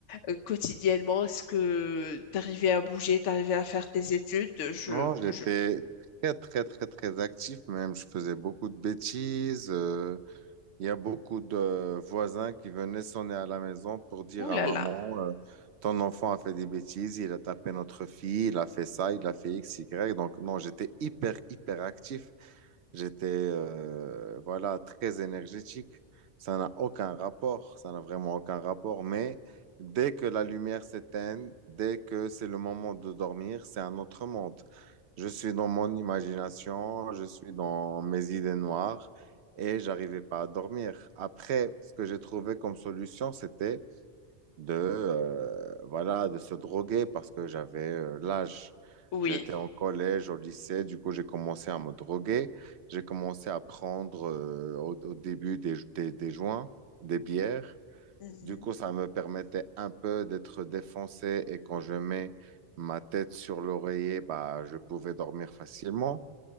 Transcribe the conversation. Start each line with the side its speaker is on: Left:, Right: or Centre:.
Left: euh, quotidiennement? Est-ce que tu arrivais à bouger, tu arrivais à faire tes études? Je,
Right: Non, j'étais
Left: je...
Right: très, très, très, très actif même. Je faisais beaucoup de bêtises. euh, il y a beaucoup de voisins qui venaient sonner à la maison pour dire
Left: Ouh là
Right: à maman,
Left: là,
Right: euh, ton enfant a fait des bêtises, il a tapé notre fille, il a fait ça, il a fait X, Y. Donc, non, j'étais hyper, hyper actif. J'étais euh, voilà, très énergétique. Ça n'a aucun rapport, ça n'a vraiment aucun rapport. Mais dès que la lumière s'éteint, dès que c'est le moment de dormir, c'est un autre monde. Je suis dans mon imagination, je suis dans mes idées noires et j'arrivais pas à dormir. Après, ce que j'ai trouvé comme solution, c'était de, euh, voilà, de se droguer parce que j'avais euh, l'âge.
Left: oui.
Right: J'étais en collège, au lycée, du coup, j'ai commencé à me droguer. J'ai commencé à prendre euh, au, au début des, des, des joints, des bières.
Left: Mhm.
Right: Du coup, ça me permettait un peu d'être défoncé et quand je mets ma tête sur l'oreiller, bah, je pouvais dormir facilement.